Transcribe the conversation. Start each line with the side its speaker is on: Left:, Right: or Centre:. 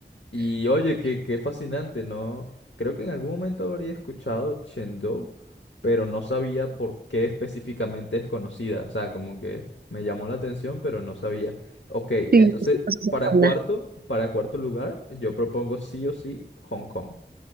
Left: Y oye, qué, qué fascinante, ¿no? Creo que en algún momento habría escuchado Chengdu, pero no sabía por qué específicamente es conocida. O sea, como que me llamó la atención, pero no sabía. Ok,
Right: Sí,
Left: entonces,
Right: sí, los osos
Left: para
Right: panda.
Left: cuarto, para cuarto lugar, yo propongo sí o sí Hong Kong.